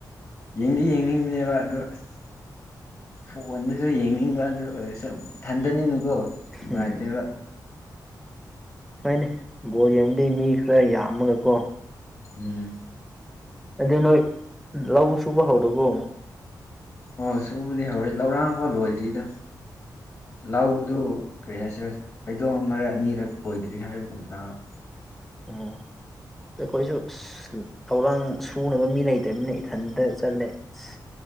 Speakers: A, on the left; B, in the centre.
A: ꯌꯦꯡꯗꯤ ꯌꯦꯡꯅꯤꯡꯕꯅꯦꯕ ꯑꯗꯣ ꯑꯁ ꯐꯣꯟꯗꯁꯨ ꯌꯦꯡꯅꯤꯡꯕ ꯑꯗꯨ ꯑꯣꯏꯔꯁꯨ ꯊꯟꯊꯅꯤꯅꯨꯀꯣ ꯅꯨꯡꯉꯥꯏꯇꯦꯕ
B: ꯎꯝ ꯍꯣꯏꯅꯦ ꯕꯣꯜ ꯌꯦꯡꯕꯗꯤ ꯃꯤ ꯈꯔ ꯌꯥꯝꯃꯒꯀꯣ
A: ꯎꯝ
B: ꯑꯗꯨ ꯅꯣꯏ ꯂꯧ ꯁꯨꯕ ꯍꯧꯥꯎꯗꯕꯣ
A: ꯑꯣ ꯁꯨꯕꯨꯗꯤ ꯍꯧꯔꯦ ꯂꯧꯔꯥꯡ ꯐꯥꯎ ꯂꯣꯏꯗ꯭ꯔꯤꯗ ꯂꯧꯗꯨ ꯀꯔꯤ ꯍꯥꯏꯁꯤꯔ ꯀꯗꯣꯝ ꯃꯔꯛ ꯑꯅꯤꯔꯛ ꯈꯣꯏꯗ꯭ꯔꯤ ꯍꯥꯏꯕꯒꯨꯝꯇ <unintelligible>
B: ꯎꯝ ꯑꯩꯈꯣꯏꯁꯨ ꯂꯧꯧꯔꯥꯡ ꯁꯨꯅꯕ ꯃꯤ ꯂꯩꯇꯕꯅꯤꯅ ꯏꯊꯟꯇ ꯆꯠꯂꯦ ꯑꯁ